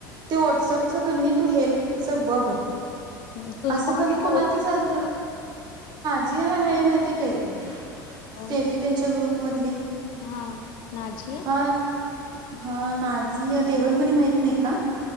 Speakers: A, on the right (about 40°); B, on the left (about 45°).
A: ते व्हाट्सअपच कणी तू हेल्पच बघ
B: हं, तुझे
A: असं
B: दहा
A: कनी
B: मिनिटं
A: कोणाच
B: होतीच
A: चालत
B: मला.
A: हा जिया माहिती आहे काहि ती
B: कोण
A: स्टेफी त्यांच्या ग्रुप मधली
B: हा नाझिया
A: हा हा नाझीया देवरमनी माहीत नाही का?